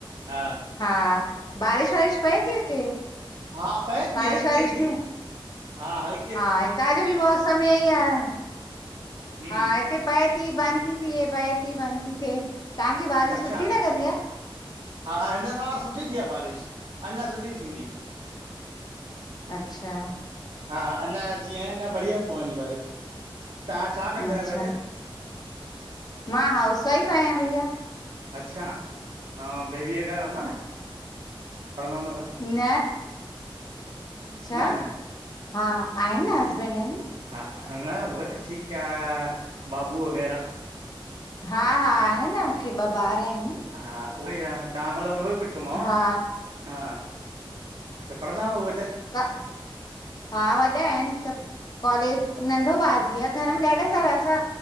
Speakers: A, on the right; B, on the left.
A: हा,
B: हा, बारिश वारिश पई थी हुते?
A: हा पए थी
B: बारिश
A: हल्की
B: वारिश
A: हल्की
B: थी
A: हा हल
B: हा इतां जो बि मौसम इये यई आहे
A: हम्म
B: हा इते पए थी बंद थी थे पए थी बंद थी थे तव्हांखे वारिश
A: अच्छा
B: सुठी लॻंदी आ?
A: हा हा, हिन मा सुठी थी आ बारिश अञा सुठी थींदी।
B: अच्छा,
A: हा अञा जीअं अञा बढ़िया पवंदी बारिश तव्हां छा कंदा
B: अच्छा
A: आयो बैसे।
B: मां हाउस वाइफ आयां भैया।
A: अच्छा, आंव बेबी वग़ैरा हूंदा न पढ़ंदा हूंद त।
B: न, छा
A: न न
B: हा आहिन न हसबैंड आहिन।
A: हा ह न उअ त ठीक आ, बाबू वग़ैर।
B: हा हा, आहे न मूंखे ॿ ॿार आहिन।
A: हा उहोई आ तवां मतलब उहोई पुछियोमांव।
B: हा
A: हा त पढ़ंदा अन उहे त?
B: ता, हा वॾा आहिन सभ कॉलेज नंढो ॿार बि आ घर में ॾाढा सारा असां